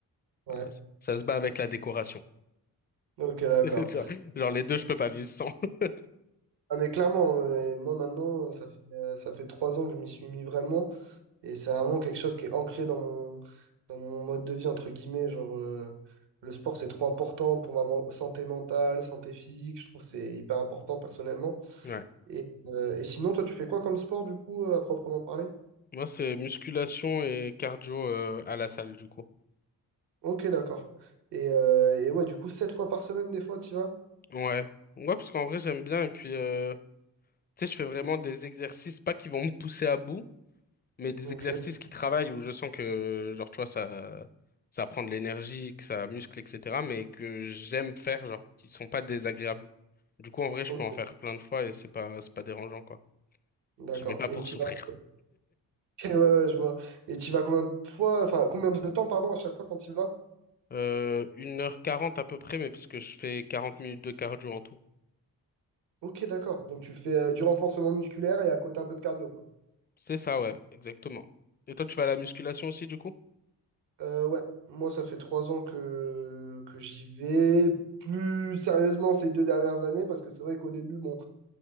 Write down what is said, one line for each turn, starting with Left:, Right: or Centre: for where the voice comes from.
Right: ouais.
Left: Euh, ça se bat avec la décoration.
Right: Ok, d'accord.
Left: <laughs> Tu vois, Genre les deux, je peux pas vivre sans. <laughs>
Right: Ah, mais clairement, euh, moi maintenant, ça fait, euh, ça fait trois ans que je m'y suis mis vraiment, et c'est vraiment quelque chose qui est ancré dans mon, dans mon mode de vie, entre guillemets. Genre, euh, le sport, c'est trop important pour ma men- santé mentale, santé physique, je trouve que c'est hyper important personnellement.
Left: Ouais.
Right: Et, euh, et sinon, toi, tu fais quoi comme sport, du coup, euh, à proprement parler?
Left: Moi, c'est musculation et cardio euh, à la salle, du coup.
Right: Ok, d'accord. Et, euh, et ouais, du coup, 7 fois par semaine, des fois, tu vas?
Left: Ouais. Ouais, parce qu'en vrai, j'aime bien. Et puis, euh, tu sais, je fais vraiment des exercices, pas qui vont me pousser à bout, mais des
Right: Ok,
Left: exercices qui travaillent où je sens que, genre, tu vois, ça, ça prend de l'énergie, que ça muscle, etc., mais que j'aime faire, genre, qui sont pas désagréables. Du coup, en vrai, je
Right: ok,
Left: peux en faire plein de fois et c'est pas, c'est pas dérangeant, quoi.
Right: d'accord.
Left: Je vais pas
Right: Et
Left: pour
Right: tu
Left: souffrir.
Right: vas... <laughs> Ok, ouais, ouais, je vois. Et tu vas combien de fois, enfin, combien de temps, pardon, à chaque fois quand tu vas?
Left: Euh, 1h40 à peu près, mais parce que je fais 40 minutes de cardio en tout.
Right: Ok, d'accord. Donc, tu fais euh, du renforcement musculaire et à côté un peu de cardio, quoi.
Left: C'est ça, ouais, exactement. Et toi, tu vas à la musculation aussi, du coup?
Right: Euh, ouais, moi, ça fait 3 ans que, que j'y vais. Plus sérieusement ces deux dernières années, parce que c'est vrai qu'au début, bon,